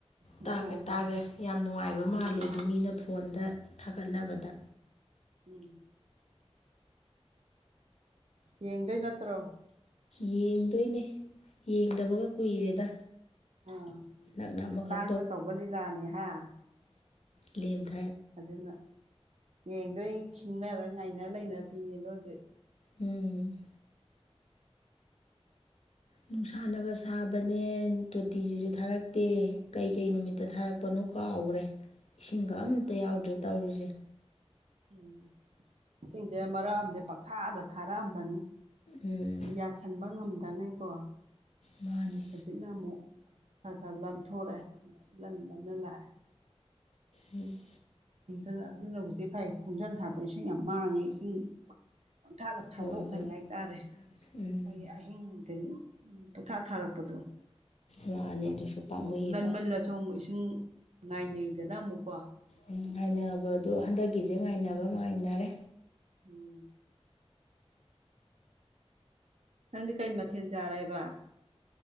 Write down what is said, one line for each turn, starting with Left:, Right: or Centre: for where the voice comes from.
Right: ꯑꯗꯨꯃꯥꯏꯅ
Left: ꯇꯥꯒ꯭ꯔꯦ ꯇꯥꯒ꯭ꯔꯦ
Right: ꯍꯥꯏ
Left: ꯌꯥꯝ ꯅꯨꯡꯉꯥꯏꯕ ꯃꯥꯜꯂꯦ
Right: ꯎꯝ
Left: ꯑꯗꯨ ꯃꯤꯅ ꯐꯣꯟꯗ ꯊꯥꯒꯠꯅꯕꯗ
Right: ꯎꯝ ꯌꯦꯡꯗꯩ ꯅꯠꯇ꯭ꯔꯣ
Left: ꯌꯦꯡꯗꯣꯏꯅꯦ ꯌꯦꯡꯗꯕꯒ ꯀꯨꯏꯔꯦꯗ
Right: ꯑꯥ
Left: ꯅꯛꯅ ꯑꯃꯈꯛ
Right: ꯇꯥꯡꯅ ꯇꯧꯕ ꯂꯤꯂꯥꯅꯦ ꯍꯥ
Left: ꯂꯦꯝꯗ
Right: ꯑꯗꯨꯅ ꯌꯦꯡꯗꯣꯏ ꯈꯤꯡꯅꯔ ꯉꯥꯏꯅ ꯂꯩꯅꯕꯤꯅꯦꯕ ꯍꯧꯖꯤꯛ
Left: ꯎꯝ ꯅꯨꯡꯁꯥꯅꯒ ꯁꯥꯕꯅꯦ ꯇꯣꯇꯤꯖꯤꯖꯨ ꯊꯥꯔꯛꯇꯦ ꯀꯩꯀꯩ ꯅꯨꯃꯤꯠꯇ ꯊꯥꯔꯛꯄꯅꯣ ꯀꯥꯎꯒ꯭ꯔꯦ ꯏꯁꯤꯡꯒ ꯑꯝꯇ ꯌꯥꯎꯗ꯭ꯔꯦ ꯇꯧꯔꯤꯖꯦ
Right: ꯎꯝ ꯁꯤꯡꯁꯦ ꯃꯔꯛ ꯑꯝꯗꯤ ꯄꯪꯊꯥꯗ ꯊꯥꯔꯛꯑꯝꯕꯅꯤ
Left: ꯎꯝ
Right: ꯌꯥꯁꯟꯕ ꯉꯝꯗꯉꯩ ꯀꯣ
Left: ꯃꯥꯅꯤ
Right: ꯍꯨꯆꯤꯛꯅ ꯑꯃꯨꯛ ꯈꯥ ꯈꯥ ꯂꯟ ꯊꯣꯔꯛꯑꯦ ꯂꯟ ꯂꯟꯅ ꯂꯥꯛꯑꯦ
Left: ꯎꯝ
Right: ꯅꯗꯨꯅ ꯑꯗꯨꯅꯕꯨꯗꯤ ꯐꯩ ꯈꯣꯝꯖꯟ ꯊꯥꯔꯛꯄꯗꯣ ꯏꯁꯤꯡ ꯌꯥꯝ ꯃꯥꯡꯉꯤ ꯏꯁꯤꯡ ꯄꯪꯊꯥꯗ ꯊꯥꯗꯣꯛꯅꯩ
Left: ꯍꯣꯏ ꯍꯣꯏ
Right: ꯍꯥꯏꯇꯥꯔꯦ ꯑꯩꯈꯣꯏꯒꯤ
Left: ꯎꯝ
Right: ꯑꯍꯤꯡ ꯅꯨꯡꯊꯤꯜ ꯄꯨꯊꯥ ꯊꯥꯔꯛꯄꯗꯣ
Left: ꯃꯥꯅꯦ
Right: ꯗꯨ
Left: ꯑꯗꯨꯁꯨ ꯄꯥꯝꯃꯨꯏꯌꯦꯕ
Right: ꯑꯃꯨꯛ ꯂꯟꯃꯜꯂꯁꯨ ꯑꯃꯨꯛ ꯏꯁꯤꯡ ꯉꯥꯏꯅꯩꯗꯅ ꯑꯃꯨꯛꯀꯣ
Left: ꯎꯝ ꯉꯥꯏꯅꯕꯗꯣ ꯍꯟꯗꯛꯀꯤꯖꯦ ꯉꯥꯏꯅꯕ <unintelligible> ꯉꯥꯏꯅꯔꯦ
Right: ꯎꯝ ꯅꯪꯗꯤ ꯀꯩ ꯃꯊꯦꯜ ꯆꯥꯔꯩꯕ